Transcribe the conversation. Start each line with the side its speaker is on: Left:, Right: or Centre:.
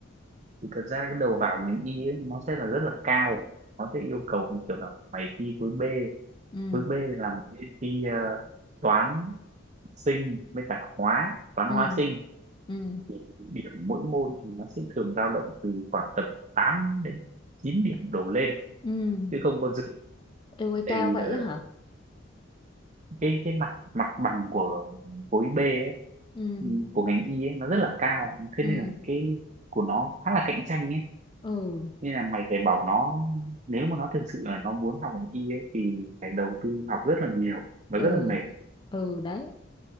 Right: thì thật ra cái đầu vào ngành y ấy, nó sẽ là rất là cao nó sẽ yêu cầu như kiểu là mày thi khối B
Left: Ừ,
Right: khối B là mày sẽ thi ờ, toán sinh với cả hóa toán
Left: ừ,
Right: hóa sinh
Left: ừ,
Right: thì điểm mỗi môn thì nó sẽ thường dao động từ khoảng tầm tám đến chín điểm đổ lên
Left: ừ.
Right: chứ không có dưới
Left: Yêu ơi
Right: tại
Left: cao
Right: vì
Left: vậy
Right: là
Left: á hả?
Right: cái cái mặt mặt bằng của khối B ấy,
Left: Ừ,
Right: ừ, của ngành y ấy, nó rất là cao thế
Left: ừ,
Right: nên là cái của nó khá là cạnh tranh ấy
Left: ừ,
Right: nên là mày phải bảo nó nếu mà nó thực sự là nó muốn học ngành y ấy, thì phải đầu tư học rất là nhiều và
Left: ừ,
Right: rất là mệt
Left: ừ, đấy.